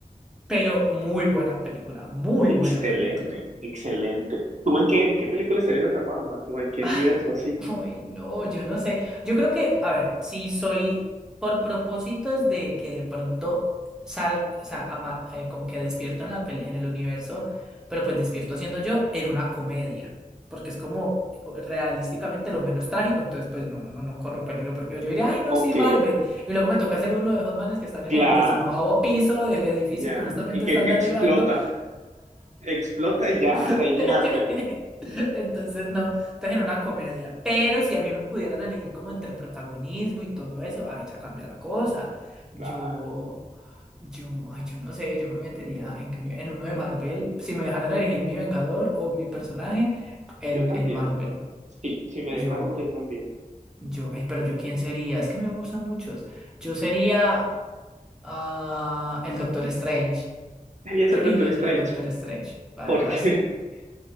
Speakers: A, in the centre; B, on the right.
A: Pero muy buena película, muy
B: Excelente,
A: buena película.
B: excelente. ¿Tú en qué, en qué película estarías atrapado, Max? ¿O en qué
A: Ay,
B: universo así?
A: uy, no, yo no sé. Yo creo que, a ver, si soy por propósitos de que de pronto sal, o sea, ama- eh, como que despierto en la peli, en el universo, pero pues despierto siendo yo en una comedia, porque es como realísticamente lo menos trágico, entonces pues no, no, no corro peligro, porque yo diría, ay, no,
B: Ok,
A: sí, Marvel, y luego me toca ser uno de esos manes que están en
B: claro,
A: el decimoavo piso del edificio
B: ya.
A: que justamente
B: Y que,
A: están
B: que
A: derribando.
B: explota, explota y ya, hasta
A: <laughs>
B: ahí llegaste.
A: Entonces no, entonces en una comedia. Pero si a mí me pudieran elegir como entre protagonismo y todo eso, ahí ya cambia la cosa. Yo,
B: Claro,
A: yo, ay, yo no sé, yo me metería en, que uni- en uno de Marvel. Si me dejaran elegir mi Vengador o mi personaje en,
B: yo también.
A: en Marvel,
B: Sí, si me
A: yo,
B: dejaron, yo también.
A: yo, ay, pero yo quién sería, es que me gustan muchos. Yo sería ah, el Doctor Strange.
B: Debía
A: Yo
B: el
A: elegiría
B: Doctor Strange.
A: ser el Doctor Strange, la
B: ¿Por
A: verdad
B: qué?
A: sí.
B: <laughs>